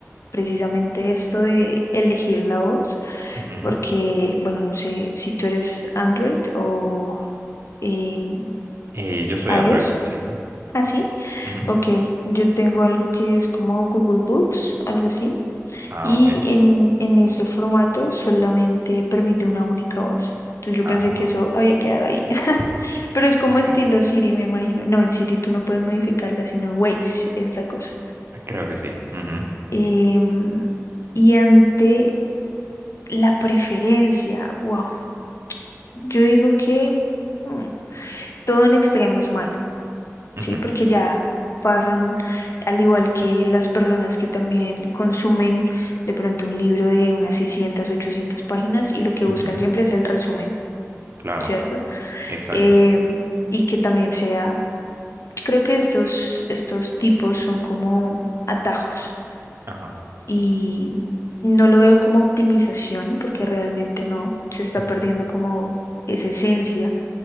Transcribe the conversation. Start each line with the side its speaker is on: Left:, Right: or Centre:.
Left: precisamente esto de elegir la voz,
Right: Ujú.
Left: porque, bueno, no sé si tú eres Android o em,
Right: Eh, yo soy
Left: iOS,
Right: Android, sí.
Left: así.
Right: Ujú.
Left: ok, yo tengo algo que es como Google Books, algo así,
Right: Ah,
Left: y
Right: ok.
Left: en, en ese formato solamente permite una única voz. Entonces yo
Right: Ah,
Left: pensé que eso había quedado ahí. <laughs> Pero es como estilo
Right: sí.
Left: Siri, me imagino. No, en Siri tú no puedes modificarla, sino en Waze es la cosa.
Right: Creo que sí. Ujú,
Left: Em, y ante la preferencia, wow, yo digo que mm, todo en extremo es malo,
Right: ujú,
Left: ¿sí? Porque ya pasan, al igual que las personas que también consumen de pronto un libro de unas 600 800 páginas y lo que
Right: ujú.
Left: buscan siempre es el resumen,
Right: Claro,
Left: ¿cierto?
Right: exacto.
Left: Em, y que también sea creo que estos, estos tipos son como atajos
Right: Ajá.
Left: y no lo veo como optimización porque realmente no, se está
Right: Ujú,
Left: perdiendo como esa esencia